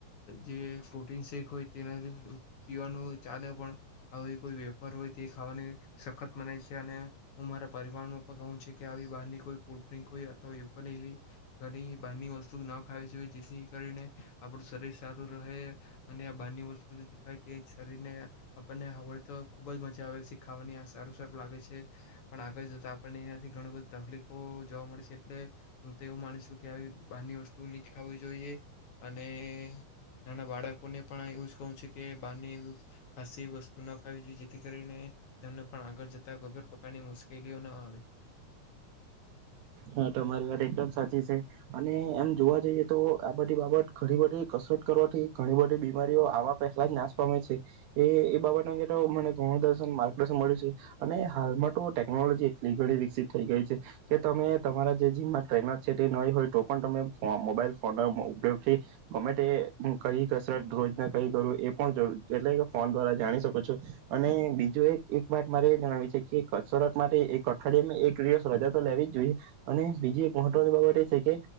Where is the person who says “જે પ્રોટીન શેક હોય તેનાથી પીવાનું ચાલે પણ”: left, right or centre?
Left